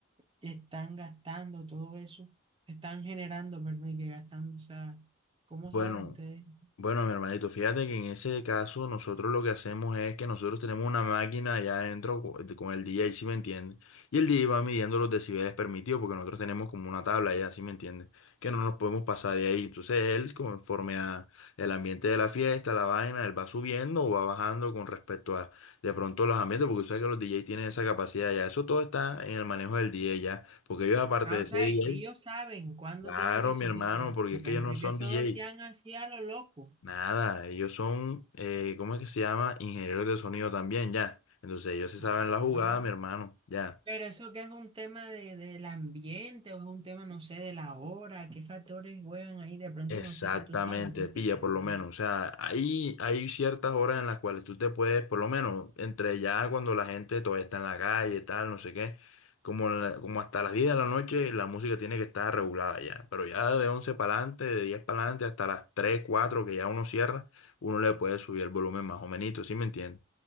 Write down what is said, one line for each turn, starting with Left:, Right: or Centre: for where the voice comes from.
Right: están gastando todo eso? Están generando, perdón, y que gastando, o sea, ¿cómo
Left: bueno.
Right: saben ustedes?
Left: Bueno, mi hermanito, fíjate que en ese caso nosotros lo que hacemos es que nosotros tenemos una máquina allá adentro co- de- con el DJ, si me entiendes? Y el DJ va midiendo los decibeles permitidos porque nosotros tenemos como una tabla allá, si me entiendes? Que no nos podemos pasar de ahí. Entonces él, conforme a el ambiente de la fiesta, la vaina, él va subiendo o va bajando con respecto a de pronto los ambientes, porque tú sabes que los DJ tienen esa capacidad ya. Eso todo está en el manejo del DJ ya, porque ellos aparte
Right: Ah,
Left: de
Right: o sea,
Left: ser DJ,
Right: ellos saben cuándo
Left: claro,
Right: tienen que subir.
Left: mi hermano, porque
Right: Yo
Left: es
Right: Pensé
Left: que ellos no son
Right: que solo
Left: DJ.
Right: hacían así a lo loco.
Left: Nada, ellos son, eh, ¿cómo es que se llama? Ingenieros de sonido también, ya. Entonces ellos se saben
Right: Ajá.
Left: la jugada, mi hermano, ya.
Right: Pero eso que es un tema de, del ambiente o es un tema, no sé, de la hora, qué factores juegan ahí. De pronto
Left: Exactamente,
Right: no sé si tú sabes, no
Left: pilla
Right: te pregunto.
Left: por lo menos. O sea, hay, hay ciertas horas en las cuales tú te puedes, por lo menos, entre ya cuando la gente todavía está en la calle, tal, no sé qué, como, la- como hasta las 10 de la noche la música tiene que estar regulada ya. Pero ya de 11 para adelante, de 10 para adelante, hasta las 3 4 que ya uno cierra, uno le puede subir el volumen más o menos, ¿sí me entiendes?